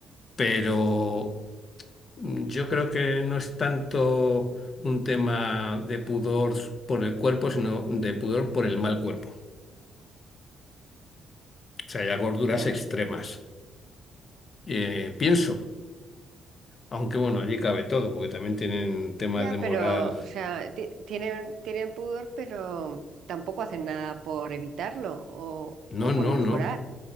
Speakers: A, on the left (about 40°); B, on the right (about 70°).
A: pero mm, yo creo que no es tanto un tema de pudor por el cuerpo, sino de pudor por el mal cuerpo. O sea, ya gorduras
B: Ya,
A: extremas. Eh, pienso, aunque bueno, allí cabe todo, porque también tienen temas
B: ya,
A: de moral.
B: pero, o sea, ti- tienen, tienen pudor, pero tampoco hacen nada por evitarlo o,
A: No,
B: o
A: no,
B: por mejorar.
A: no.